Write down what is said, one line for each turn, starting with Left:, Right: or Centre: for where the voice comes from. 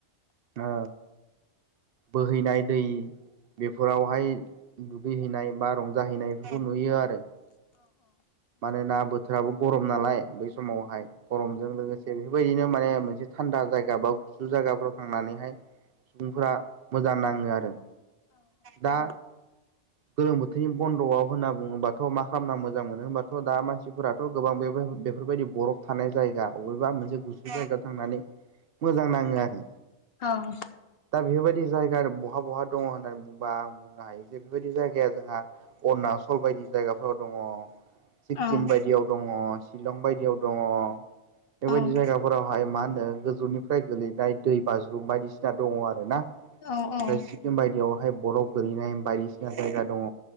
Right: ओ बोहैनाय दै बेफोरावहाय दुगैहैनाय बा रंजाहैनाय बेफोरखौ नुयो आरो मानोना बो बोथोराबो गरम नालाय बै समावहाय गरमजों लोगोसे बेफोरबायदिनो माने मोनसे थान्दा जायगा बा गुसु जायगाफ्राव थांनानैहाय सुबुंफोरा मोजां नाङो आरो दा गोलोम बो थोरनि बन्द'आव होनना बुङोबाथ' मा खालामना मोजां मोनो होनबाथ' दा मानसिफोराथ' गोबां बे बेफोरबायदि बरफ थानाय जायगा बबेबा मोनसे गुसु जायगायाव थांनानै मोजां नाङो आरो।
Left: औ औ
Right: दा बेफोरबायदि जायगा बहा बहा दङ होननानै बुंङोबा आं बुंनो हायो जे बेबायदि जायगाया जोंहा अरुणचल बायदि जायगाफोराव दङ सिक्किम
Left: औ
Right: बाय दियाव दङ चिलं बायदियाव दङ बेबायदि
Left: औ
Right: जायगा फोरावहाय मा होनो गोजौनिफ्राय गोलैनाय दै बाज्रुुम बायदिसिना दङ आरो ना। ओमफ्राय
Left: औ औ
Right: सिक्किम बायदियावहाय बरफ गोलैनाय बायदिसिना जायगा दङ।